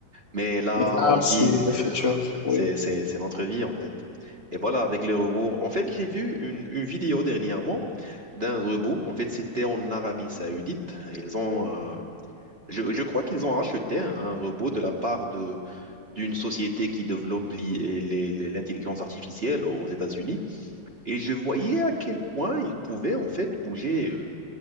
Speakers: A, on the right; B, on the left.
A: Mais là
B: Mais là,
A: on vit.
B: c'est le
A: euh,
B: futur. Oui.
A: c'est c'est c'est notre vie en fait. Et voilà avec les robots. En fait j'ai vu une, une vidéo dernièrement d'un robot. En fait c'était en Arabie Saoudite. Ils ont euh, je, je crois qu'ils ont racheté un, un robot de la part de. d'une société qui développe l'i- les- les- l'intelligence artificielle aux États-Unis. Et je voyais à quel point il pouvait en fait bouger, euh,